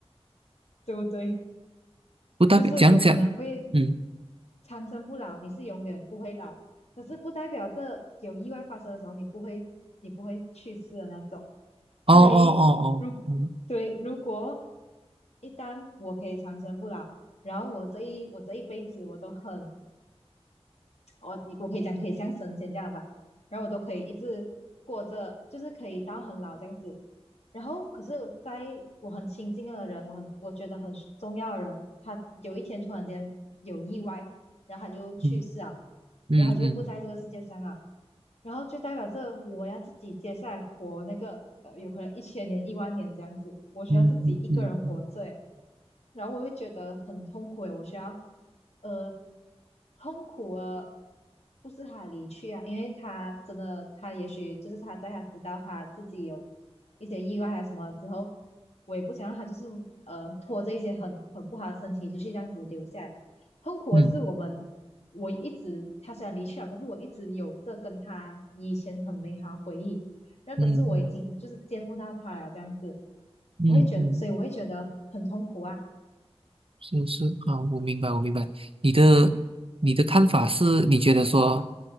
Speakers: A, on the left; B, on the right.
A: 对不对？
B: 不代表讲讲，
A: 就是有可能会
B: 嗯，
A: 长生不老，你是永远不会老，可是不代表这有意外发生的时候你不会你不会去世的那种。
B: 哦哦哦哦，
A: 所以如
B: 嗯
A: 对如果一旦我可以长生不老，然后我这一我这一辈子我都很我我可以讲可以像神仙这样吧，然后我都可以一直过着，就是可以到很老这样子。然后可是，在我很亲近的人，我很我觉得很重要的人，他有一天突然间有意外，然后他就去世啊，
B: 嗯嗯
A: 然后就不在这个世界上啊，然后就代表着我要自己接下来活那个呃，有可能一千年、一万年这样子，我需要自己一个人活着诶
B: 嗯嗯嗯嗯
A: 然后我会觉得很痛苦诶，我需要呃痛苦啊，不是他的离去啊，因为他真的他也许就是他在他知道他自己有一些意外还是什么之后，我也不想让他就是呃拖着一些很很不好的身体继续这样子留下来。痛苦的是我们，
B: 嗯
A: 我一直他虽然离去了，可是我一直有这跟他以前很美好的回忆。那可是我已经就是见不到他了，
B: 嗯嗯嗯嗯嗯。
A: 这样子，
B: 嗯嗯嗯嗯嗯
A: 我会觉得所以我会觉得很痛苦啊。
B: 是是啊，我明白，我明白。你的你的看法是，你觉得说